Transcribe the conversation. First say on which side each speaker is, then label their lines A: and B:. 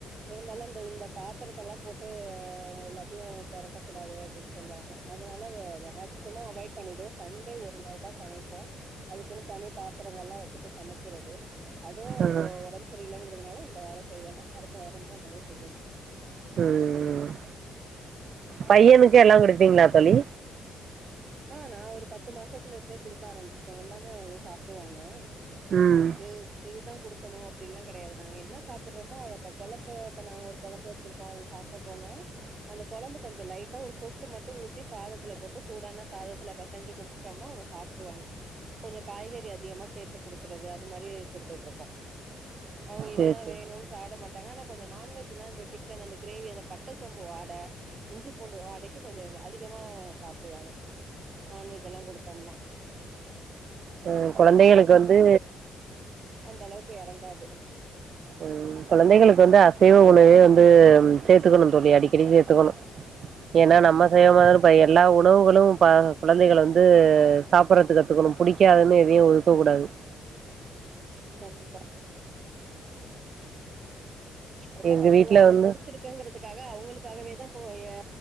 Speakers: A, on the right (about 40°); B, on the right (about 60°).
A: இருந்தாலு இந்த இந்த பா ட்டல்லா‌ போட்டு எல்லாத்தையு பெரட்டக்கூடாது அப்டின்னு சொல்றாங்க அதனால அத மேக்சிமோ அவாய்ட் பண்ணிடு சண்டே ஒரு நாள்தா சமைப்போ அதுக்குன்னு தனி பாத்திரங்கள்ல்லா வெச்சிட்டு சமைக்கிறது அதுவு
B: ம்
A: இப்போ ஒடம் சரி இல்லங்க றதுனால இந்த வாரோ செய்யல அடுத்த வாரோந்தா இனிமே செய்யணு
B: ம் பையனுக்கு எல்லா குடுப்பீங்ளா தோழி
A: ஆ நா ஒரு பத்து மாசத்துல இருந்தே குடுக்க ஆரம்பிச்சிட்ட எல்லாமே அவுங்களு சாப்டுவாங்க
B: ம்
A: இ எதுதா குடு க்கணு அப்டின்லா கெடையாது நாங்க என்ன சாப்பிடறோமோ அத அப்ப கொழம்பு அப்ப நாங்க ஒரு கொழம்பு வெச்சிருக்கோ அத சாப்பிடறோனா அந்த கொழம்பு கொஞ்சோ லைட்டா ஒரு சொ ட்டு மட்டு ஊத்தி சாதத்துல போட்டு சூடான சாதத்துல பெசஞ்சு குடுத்துட்டோம்னா அவுங்க சாப்ட்றுவாங்க கொஞ்சோ காய்கறி அதிகமா சேத் த்து குடுக்கறது அது மாரி குடுத்துட்ருக்கோ அவுங்க
B: சேரி
A: இதுதா
B: சேரி
A: வேணுன் சாப்டமாட் டாங்க ஆனா கொஞ்சோ நான்வெஜ்னா அந்த சிக்கன் அந்த கிரேவி அந்த பட்ட சோம்பு வாட இஞ்சி பூண்டு வாடைக்கு கொஞ்சோ அதிகமா சாப்டுவாங்க நான்வெஜ் எல்லா குடுத்தோம்னா
B: அ கொழந்தைங்களுக்கு வந்து
A: அந்த அளவுக்கு எறங்காது
B: உ கொழந்தைகளுக்கு வந்து அசைவ உணவே வந்து சேத்துக்கணு தோழி அடிக்கடி சேத்துக்கணு ஏனா நம்ம
A: ம்
B: செய்ய மாரி இப்ப எல்லா உணவுகளு ப குழந்தைகள வந்து சாப்பிடறதுக்கு கத்துக்கணு புடிக்காதுன்னு எதையு ஒதுக்க கூடாது
A: கண்டிப்பா என்ன
B: எங்க
A: பண்றது
B: வீட்ல
A: அவுங்களுக்கு
B: வந்து
A: புடிச்சிருக்குங்கறதுக்காக அவுங்களுக்காகவேதா இப்போய